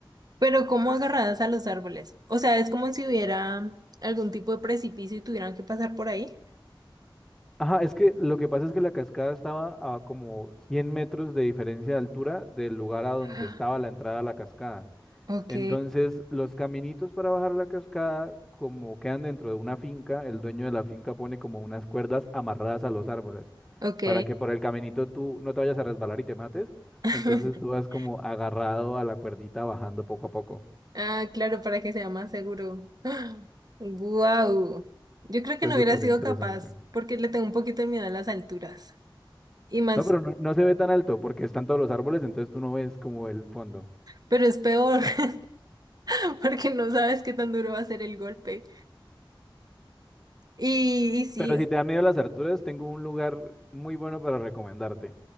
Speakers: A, on the right; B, in the centre.
A: Pero como agarradas a los árboles. O sea, es como si hubiera algún tipo de precipicio y tuvieran que pasar por ahí. <gasps>
B: Ajá, es que lo que pasa es que la cascada estaba a como 100 metros de diferencia de altura del lugar a donde
A: Ah,
B: estaba la entrada a la cascada.
A: Ok.
B: Entonces, los caminitos para bajar la cascada, como quedan dentro de una finca, el dueño de la finca pone como unas cuerdas amarradas a los árboles
A: Ok.
B: para que por el caminito tú no te vayas a resbalar y te mates.
A: <laughs>
B: Entonces tú vas como agarrado a la cuerdita bajando poco a poco.
A: Ah, claro, para que sea más seguro. <gasps> Wow. Yo creo que
B: Fue
A: no
B: súper
A: hubiera sido
B: interesante.
A: capaz porque le tengo un poquito de miedo a las alturas. Y más,
B: No, pero no, no se ve tan alto porque están todos los árboles, entonces tú no ves como el fondo.
A: pero es peor <laughs> porque no sabes qué tan duro va a ser el golpe. Y, y sí,
B: Pero si te da miedo las alturas, tengo un lugar muy bueno para recomendarte.